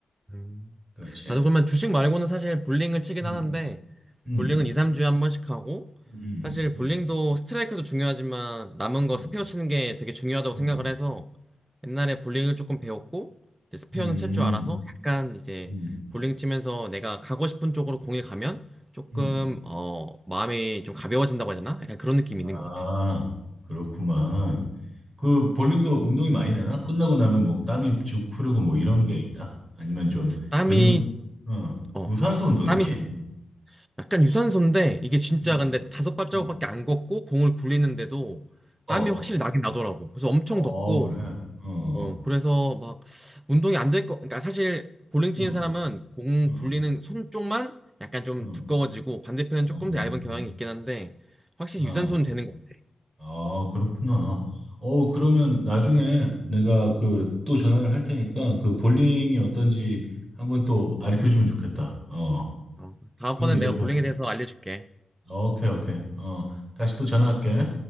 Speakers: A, on the right (about 20°); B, on the right (about 40°).
A: 음.
B: 그렇지.
A: 나도 그러면 주식 말고는 사실 볼링을 치긴
B: 음,
A: 하는데,
B: 음,
A: 볼링은 2, 3주에 한 번씩 하고,
B: 음,
A: 사실 볼링도
B: 음,
A: 스트라이크도 중요하지만 남은 거
B: 음,
A: 스페어 치는 게 되게 중요하다고
B: 음,
A: 생각을 해서 옛날에 볼링을 조금 배웠고 이제 스페어는
B: 음, 음,
A: 칠 줄 알아서 약간 이제
B: 음,
A: 볼링 치면서 내가 가고 싶은 쪽으로 공이 가면 조금
B: 음.
A: 어 마음이 좀 가벼워진다고 해야 되나? 약간 그런 느낌이 있는
B: 아,
A: 것 같아.
B: 그렇구만. 그 볼링도 운동이 많이 되나? 끝나고 나면 뭐 땀이 쭉 흐르고 뭐 이런 게 있나? 아니면 좀
A: 땀이
B: 근육, 어,
A: 어
B: 무산소 운동이지?
A: 땀이 약간 유산소인데 이게 진짜
B: 어,
A: 근데 다섯 발자국밖에
B: 음.
A: 안 걷고 공을 굴리는데도
B: 어,
A: 땀이 확실히 나긴 나더라고. 그래서 엄청
B: 어,
A: 덥고
B: 그래. 어. 어.
A: 어, 그래서 막 운동이 안 될 거, 그러니까 사실 볼링 치는
B: 응,
A: 사람은 공
B: 응,
A: 굴리는 손 쪽만 약간 좀
B: 응,
A: 두꺼워지고 반대편은 조금
B: 음,
A: 더 얇은 경향이 있긴 한데 확실히
B: 아,
A: 유산소는 되는 것 같아.
B: 아, 그렇구나. 어, 그러면 나중에 내가 그 또 전화를 할 테니까 그 볼링이 어떤지 한번 또 가르쳐 주면 좋겠다. 어,
A: 어, 다음번엔
B: 지금 이제
A: 내가
B: 봐.
A: 볼링에 대해서 알려줄게.
B: 어, 오케이, 오케이. 어, 다시 또 전화할게.